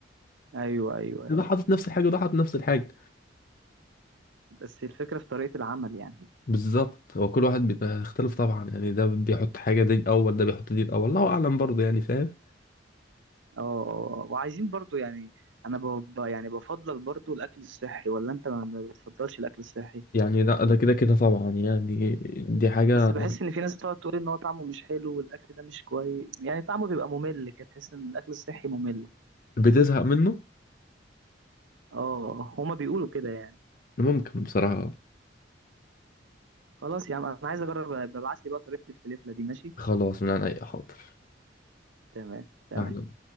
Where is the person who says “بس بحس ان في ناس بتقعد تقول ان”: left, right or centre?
Right